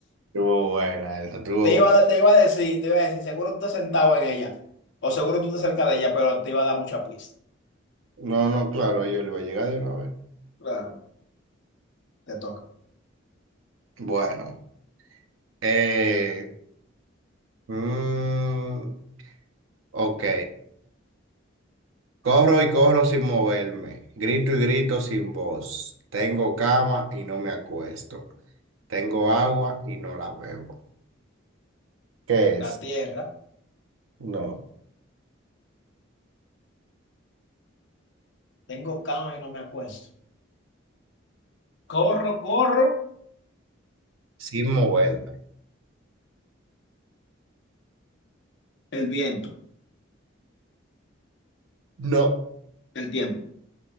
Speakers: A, on the right; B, on the left.
A: Estuvo buena, esa estuvo
B: te iba,
A: buena.
B: a- te iba a decir, te iba a decir, seguro tú estás sentado en ella. O seguro tú estás cerca de ella, pero te iba a dar mucha pista.
A: No, no, claro, a ellos le iba a llegar de una vez.
B: Claro, te toca.
A: Bueno, eh, mm, ok. Corro y corro sin moverme, grito y grito sin voz. Tengo cama y no me acuesto. Tengo agua y no la bebo. ¿Qué
B: La
A: es?
B: tierra.
A: No,
B: Tengo cama y no me acuesto. Corro, corro
A: sin moverme.
B: El viento,
A: No,
B: el tiempo.